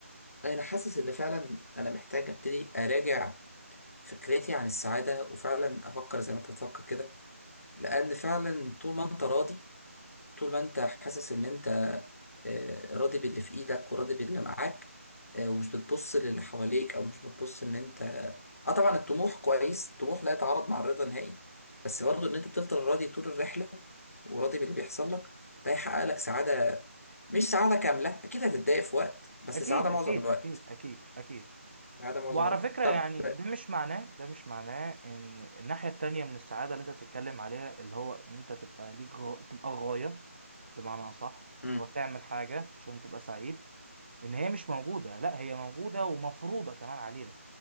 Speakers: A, on the left (about 80°); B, on the right (about 45°).
A: انا حاسس ان فعلا انا محتاج ابتدي اراجع فكرتي عن السعادة وفعلا افكر زي ما انت بتفكر كده لان فعلا طول ما انت راضي طول ما انت حاسس ان انت آه، راضي باللي في ايدك وراضي باللي معاك آه، ومش بتبص للي حواليك او مش بتبص ان انت اه طبعا الطموح كويس الطموح لا يتعارض مع الرضا نهائي بس
B: تمام.
A: برضه ان انت تفضل راضي طول الرحلة وراضي باللي بيحصل لك ده يحقق لك سعادة مش سعادة كاملة اكيد هتتضايق في وقت بس
B: اكيد
A: سعادة معظم
B: اكيد
A: الوقت
B: اكيد اكيد اكيد
A: سعادة معظم
B: وعلى
A: الوقت
B: فكرة
A: طب
B: يعني ده مش معناه ده مش معناه ان الناحية التانية من السعادة اللي انت بتتكلم عليها اللي هو ان انت تبقى ليك غ... تبقى غاية بمعنى اصح
A: امم
B: هو تعمل حاجة عشان تبقى سعيد ان هي مش موجودة لا هي موجودة ومفروضة كمان علينا